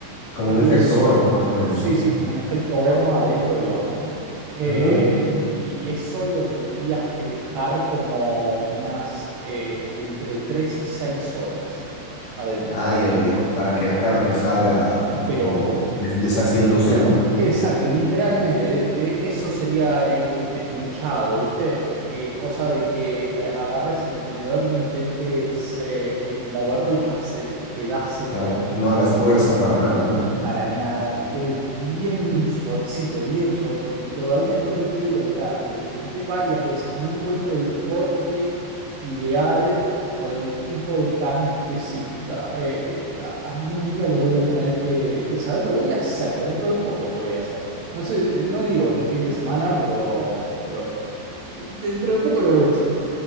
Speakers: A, on the left; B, on the right.
A: Como
B: y
A: un efecto
B: eso,
A: horno, más o menos,
B: sí,
A: ¿no?
B: sí, como un efecto horno adentro del horno. Eh,
A: Ujú.
B: y eso lo tendrías que dejar como unas eh, entre 3 y 6 horas adentro.
A: Ah, ya, ya, ya. Para que la carne salga
B: Pero
A: como des- deshaciéndose, ¿no?
B: Exacto, literalmente, es- e- eso sería el, el desmechado, ¿viste? Eh, cosa de que eh, agarres el tenedor, intentes eh, eh, moverlo y ya se despedace
A: Claro.
B: todo
A: No hagas fuerza para nada, ¿no?
B: para nada, que quede bien suavecito, bien suavecito. Y todavía no lo pude lograr. Lo intenté varias veces. No encuentro el corte ideal o el tipo de carne específica. Eh, eh, a- algún día lo voy a tener que, ¿sabes? Lo voy a hacer. Dentro de poco lo voy a hacer. No sé, eh, no digo este fin de semana, pero, pero de- de- dentro de poco lo voy a hacer.